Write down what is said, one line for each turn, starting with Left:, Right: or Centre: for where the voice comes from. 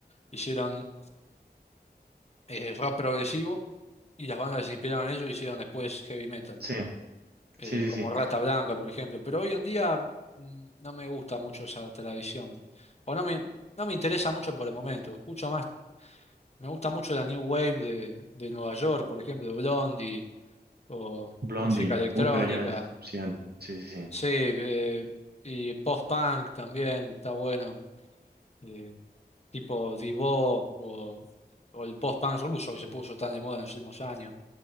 Left: Hicieron eh, rock progresivo y las bandas que se inspiraron en ello hicieron después heavy metal
Right: Sí,
Left: eh,
Right: sí, sí,
Left: como
Right: sí.
Left: Rata Blanca, por ejemplo. Pero hoy en día mm, no me gusta mucho esa tradición. O no me, no me interesa mucho por el momento. Escucho más, me gusta mucho la New Wave de, de Nueva York, por ejemplo, Blondie, o
Right: Blondie.
Left: música electrónica.
Right: Uh, pero ya, es- sí, an- sí, sí, sí.
Left: Sí, eh, y post-punk también está bueno. eh, tipo Divo o, o el post-punk ruso que se puso tan de moda en los últimos años.